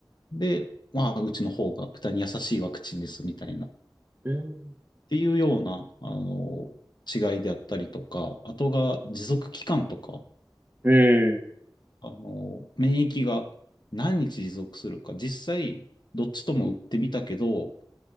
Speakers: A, on the left; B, on the right.
A: で、まあ、うちの方が豚に優しいワクチンですみたいな、っ
B: うーん。
A: ていうような、あの、違いであったりとか、あとが持続期間とか、
B: うん。
A: あの、免疫が何日持続するか、実際、どっちとも打ってみたけど、